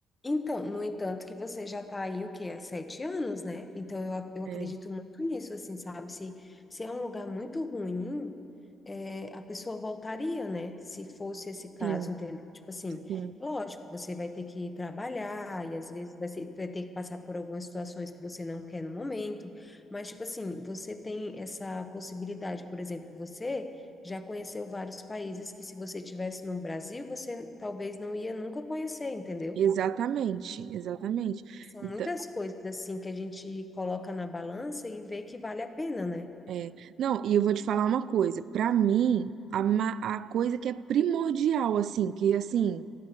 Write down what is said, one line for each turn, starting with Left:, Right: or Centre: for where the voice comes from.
Left: Então, no entanto, que você já tá aí, o quê? Há sete anos, né? Então, eu, ac- eu
Right: É,
Left: acredito muito nisso, assim, sabe? Se, se é um lugar muito ruim, é, a pessoa voltaria, né? Se fosse esse caso,
Right: sim,
Left: entendeu? Tipo assim,
Right: sim,
Left: lógico, você vai ter que trabalhar e às vezes vai, ser- vai ter que passar por algumas situações que você não quer no momento, mas, tipo assim, você tem essa possibilidade, por exemplo, você já conheceu vários países que se você tivesse no Brasil, você talvez não ia nunca conhecer, entendeu?
Right: exatamente, exatamente.
Left: São
Right: Então,
Left: muitas coisas assim que a gente coloca na balança e vê que vale a pena, né?
Right: é, não, e eu vou te falar uma coisa, pra mim, a, ma- a coisa que é primordial, assim, que assim.